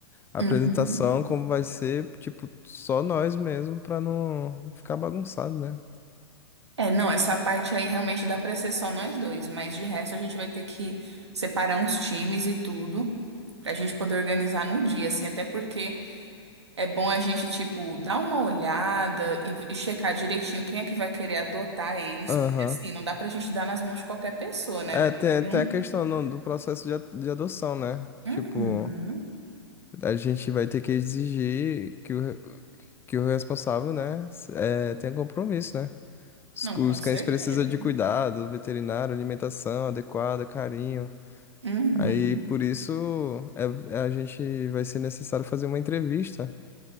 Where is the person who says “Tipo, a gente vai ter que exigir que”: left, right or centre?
Left